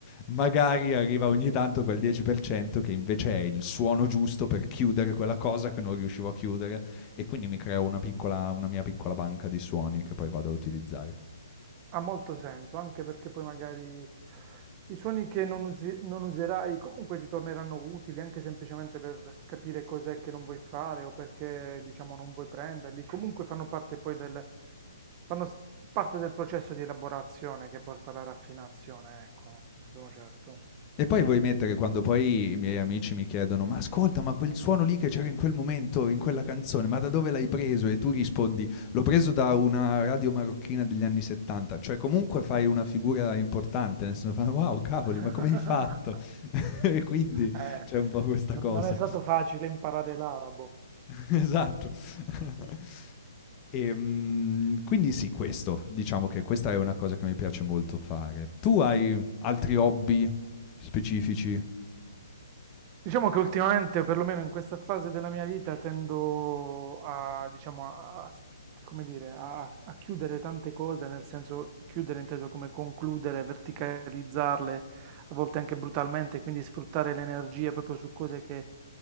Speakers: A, on the left; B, on the right.
A: magari arriva ogni tanto quel 10% che invece è il suono giusto per chiudere quella cosa che non riuscivo a chiudere e quindi mi creo una piccola una mia piccola banca di suoni che poi vado a utilizzare.
B: Ha molto senso, anche perché poi magari i suoni che non, usi- non userai comunque ti torneranno utili, anche semplicemente per capire cos'è che non vuoi fare o perché, diciamo, non vuoi prenderli. Comunque fanno parte poi del, fanno s- parte del processo di elaborazione che porta alla raffinazione, ecco, sono certo.
A: E poi vuoi mettere quando poi i miei amici mi chiedono: Ma ascolta, ma quel suono lì che c'era in quel momento, in quella canzone, ma da dove l'hai preso? E tu rispondi: L'ho preso da una radio marocchina degli anni 70. Cioè, comunque fai una figura importante, nel senso fanno: Wow, cavoli,
B: <laughs>
A: ma come hai fatto? <laughs> e quindi
B: Eh,
A: c'è un po' questa
B: non
A: cosa.
B: è stato facile imparare l'arabo.
A: <laughs> esatto. <laughs> e mm, quindi sì, questo, diciamo che questa è una cosa che mi piace molto fare. Tu hai altri hobby specifici?
B: Diciamo che ultimamente, perlomeno in questa fase della mia vita, tendo a, diciamo, a, a- come dire, a, a chiudere tante cose, nel senso chiudere inteso come concludere, verticalizzarle, a volte anche brutalmente, quindi sfruttare le energie proprio su cose che